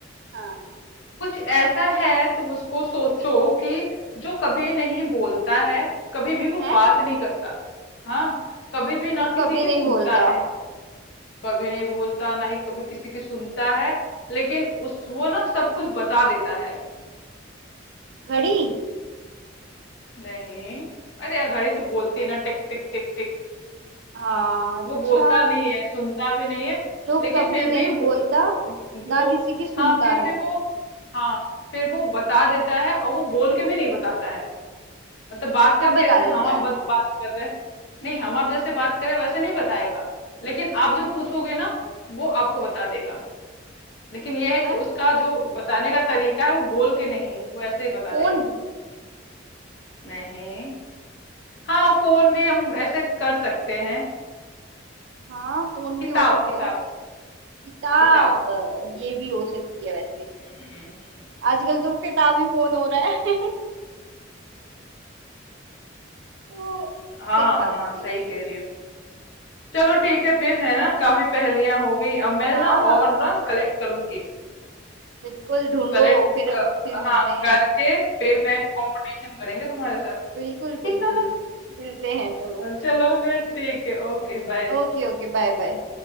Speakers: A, on the right; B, on the left.
A: हाँ
B: कुछ ऐसा है तुम उसको सोचो कि जो कभी नहीं बोलता है कभी भी वो
A: है
B: बात नहीं करता हाँ कभी भी
A: जो
B: ना किसी
A: कभी
B: की
A: नहीं
B: सुनता
A: बोलता
B: है कभी नहीं बोलता ना ही कभी किसी की सुनता है लेकिन उस वो ना सब कुछ बता देता है
A: घड़ी
B: नहीं अरे यार घड़ी तो बोलती है ना टिक टिक टिक टिक
A: हाँ अच्छा
B: वो बोलता नहीं है सुनता भी नहीं है
A: जो
B: लेकिन
A: कभी
B: फिर
A: नहीं
B: भी
A: बोलता
B: बोल
A: ना
B: वो
A: किसी की सुनता
B: हाँ फिर
A: है
B: भी वो हाँ फिर वो बता देता है और वो बोल के भी नहीं बताता है मतलब बात
A: क्या
B: करके
A: बता
B: जैसे
A: देता
B: हम आप
A: है
B: बत, बात कर रहे हैं नहीं हम आप जैसे बात करें वैसे नहीं बताएगा लेकिन आप जो पूछोगे ना वो आपको बता देगा लेकिन ये है
A: अ,
B: कि उसका जो बताने का तरीका है वो बोल के नहीं वो ऐसे ही बता
A: फोन
B: देगा नहीं हाँ फोन भी हम ऐसे कर सकते हैं
A: हाँ फोन
B: किताब
A: भी हो सकता
B: किताब
A: है किताब
B: किताब
A: ये भी हो सकती है वैसे
B: हम्म, हम्म।
A: आजकल तो किताबी फोन हो रहा है तो
B: हाँ
A: सही था
B: हाँ
A: वैसे ये
B: सही कह रही हो चलो ठीक है फिर है ना काफी पहेलियां हो गई अब मैं
A: हाँ
B: ना और ना कलेक्ट करूंगी
A: बिल्कुल ढूंढो
B: कलेक्ट
A: फिर
B: कर,
A: फिर मिलते
B: हाँ
A: हैं
B: करके फिर मैं कंपटीशन करेंगे तुम्हारे साथ <laughs>
A: बिल्कुल
B: अ,
A: बिल्कुल मिलते हैं चलो
B: चलो फिर ठीक है ओके बाय
A: Okay okay bye bye